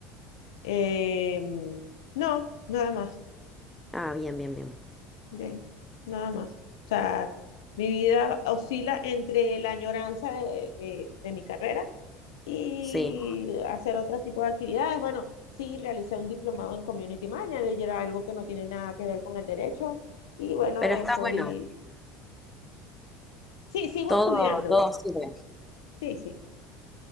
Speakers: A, on the left; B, in the centre.
A: eh, mm, no, nada más.
B: Ah, bien, bien, bien.
A: Bien, nada más. O sea, mi vida oscila entre la añoranza de de- de mi carrera y
B: Sí.
A: hacer otro tipo de actividades. Bueno, sí, realicé un diplomado en Community Manager, algo que no tiene nada que ver con el derecho. Y bueno,
B: Pero
A: estoy,
B: está bueno.
A: sí, sigo
B: Todo,
A: estudiando.
B: todo sirve.
A: Sí, sí.